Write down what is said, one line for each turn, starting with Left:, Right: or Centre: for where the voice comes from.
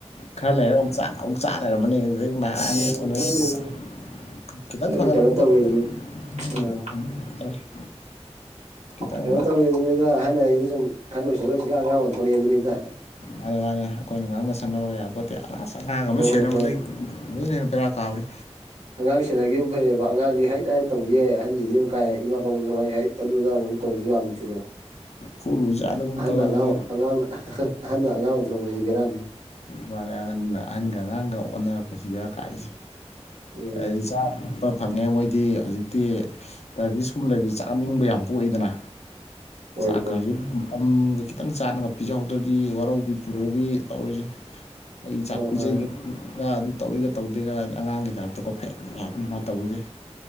Left: ꯈꯔ ꯂꯩꯔꯥ ꯑꯃꯨꯛ ꯆꯥ ꯑꯃꯨꯛ ꯆꯥꯥ ꯂꯩꯔꯃꯅꯤ ꯑꯗꯨꯗꯩ <unintelligible>
Right: ꯑꯗꯨ ꯈꯪꯗꯦꯗ
Left: ꯈꯤꯇꯪ
Right: ꯅꯣꯏ
Left: ꯐꯒꯠꯂꯛꯄꯒ
Right: ꯀꯩꯅꯣ ꯇꯧꯋꯦꯗꯨꯅꯤꯗ
Left: <unintelligible>
Right: ꯑ
Left: ꯈꯤꯇꯪ
Right: ꯀꯩꯅꯣ ꯇꯧꯋꯦ ꯑꯗꯨꯅꯤꯗ ꯑꯍꯟ ꯍꯥꯏꯁꯦ ꯁꯨꯝ ꯑꯍꯟ ꯑꯣꯏꯁꯤꯜ ꯑꯣꯏꯁꯤꯜꯂ ꯑꯉꯥꯡ ꯑꯣꯟꯊꯣꯔꯛꯑꯦ ꯑꯗꯨꯅꯤꯗ
Left: ꯃꯥꯅꯦ ꯃꯥꯅꯦ ꯑꯩꯈꯣꯏꯅ ꯉꯥꯡꯅ ꯁꯛꯅꯕ ꯌꯥ ꯄꯣꯠꯇꯦ ꯑꯁ ꯑꯉꯥꯡ ꯑꯃ
Right: ꯍꯣꯏ
Left: ꯁꯦꯟꯅꯕꯗꯒꯤ
Right: ꯍꯣꯏ ꯍꯣꯏ
Left: ꯃꯗꯨꯅ ꯍꯦꯟꯅ ꯕꯦꯔꯥ ꯀꯥꯕꯅꯦ
Right: ꯑꯉꯥꯡ ꯁꯦꯟꯅꯈꯤꯕꯅ ꯐꯩꯌꯦꯕ ꯑꯉꯥꯡꯗꯤ ꯍꯩꯠ ꯍꯥ ꯇꯧ ꯌꯥꯏ ꯑꯍꯟꯁꯤꯗꯤ ꯀꯥꯏ ꯏꯃꯥ ꯄꯥꯕꯨꯡꯗ ꯀꯃꯥꯏꯅ ꯍꯩꯠ ꯑꯗꯨꯗ ꯑꯗꯥ ꯑꯗꯨꯃꯨꯛ ꯇꯧꯕꯁꯨ ꯌꯥꯕ ꯅꯠꯇꯦꯗꫭ
Left: ꯐꯨꯔꯨꯕꯖꯥꯠꯂꯒꯨꯝ
Right: ꯑꯍꯟ
Left: ꯇꯧ ꯑꯗꯨꯅꯤ
Right: ꯑꯉꯥꯡ ꯑꯉꯥꯡꯅ ꯑꯍꯟꯅ ꯑꯉꯥꯡ ꯑꯣꯟꯊꯣꯔꯛꯄꯁꯤꯗꯤ ꯕꯦꯔꯥꯅꯤꯍꯦ
Left: ꯃꯥꯅꯦ ꯑꯍꯟꯒ ꯑꯉꯥꯡꯒ ꯑꯣꯟꯅꯔꯛꯄꯁꯤ ꯕꯦꯔꯥ ꯀꯥꯏꯁꯦ
Right: ꯎꯝ
Left: ꯑꯩ ꯆꯥꯕ ꯊꯛꯄ ꯐꯪꯉꯦ ꯃꯣꯏꯗꯤ ꯍꯧꯖꯤꯛꯇꯤ ꯗꯥꯏꯕꯦꯇꯤꯁꯀꯨꯝꯕ ꯂꯩꯕꯁꯤ ꯆꯥꯅꯤꯡꯕ ꯌꯥꯝ ꯄꯣꯛꯏꯗꯅ
Right: ꯍꯣꯏ
Left: ꯆꯥꯛ
Right: ꯍꯣꯏ
Left: ꯀꯁꯤ ꯃꯇꯝꯒ ꯈꯤꯇꯪ ꯆꯥꯅꯒ ꯄꯤꯖꯍꯧꯗ꯭ꯔꯗꯤ ꯋꯥꯔꯧꯕꯤ ꯄꯨꯔꯧ- ꯕꯤ ꯇꯧꯔꯤꯁꯦ ꯑꯩ ꯆꯥꯛ
Right: ꯍꯣꯏ
Left: ꯄꯤꯖꯩꯒ
Right: ꯍꯣꯏ
Left: ꯑꯗꯨ ꯇꯧꯋꯤꯒ ꯇꯧꯗꯦꯒ ꯑꯉꯥꯡꯒꯤ ꯇꯥꯏꯕ ꯇꯀꯣ ꯐꯦꯠ ꯐꯥ ꯌꯥꯝ ꯃꯥ ꯇꯧꯁꯦ